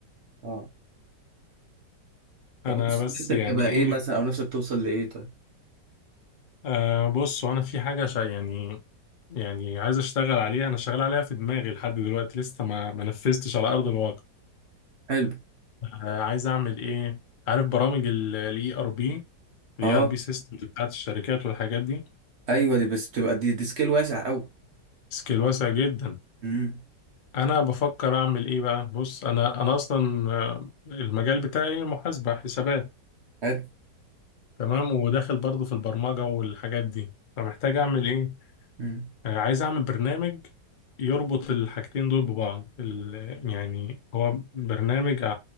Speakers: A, on the right; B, on the left.
A: اه طب
B: انا
A: نفس-
B: بس
A: نفسك
B: يعني
A: تبقى ايه
B: إيه،
A: مثلا او نفسك توصل لايه طيب
B: أه بص وانا في حاجة شا يعني يعني عايز اشتغل عليها انا شغال عليها في دماغي لحد دلوقتي لسه ما ما نفذتش على ارض الواقع
A: حلو
B: أه عايز اعمل ايه عارف برامج الاي ار بي الاي
A: اه
B: ار بي سيستمز بتاعت الشركات والحاجات دي
A: ايوه دي بس بتبقى دي, دي سكيل واسع قوي
B: سكيل واسع جدا
A: امم
B: انا بفكر اعمل ايه بقى بص انا انا اصلا آه، المجال بتاعي محاسبة حسابات
A: حلو
B: تمام وداخل برضو في البرمجة والحاجات دي فمحتاج اعمل ايه
A: امم
B: آه، عايز اعمل برنامج يربط الحاجتين دول ببعض ال- يعني هو برنامج ع-